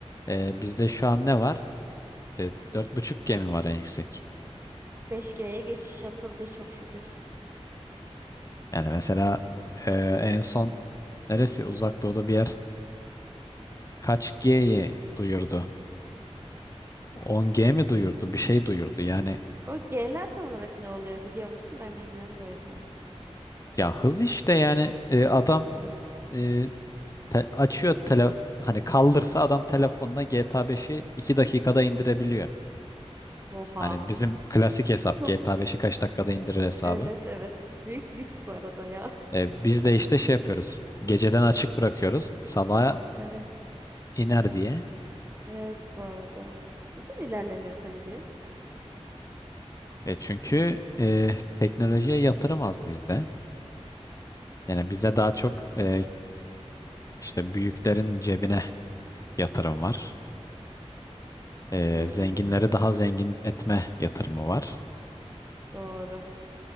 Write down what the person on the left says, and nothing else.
e, bizde şu an ne var? E, dört buçuk G mi var en yüksek.
Yani mesela e, en son neresi? Uzak doğuda bir yer kaç G'yi duyurdu? 10 G mi duyurdu? Bir şey duyurdu. Yani
ya hız işte yani e, adam
e, te- açıyor tele hani kaldırsa adam telefonla GTA beşi 2 dakikada indirebiliyor.
Hani bizim klasik hesap
GTA beşi kaç dakikada indirir hesabı.
E, biz de işte şey yapıyoruz. Geceden açık bırakıyoruz. Sabaha
iner diye.
E, çünkü e, teknolojiye yatırım az bizde. Yani bizde daha çok e, işte büyüklerin cebine yatırım var. E,
zenginleri daha zengin etme yatırımı var.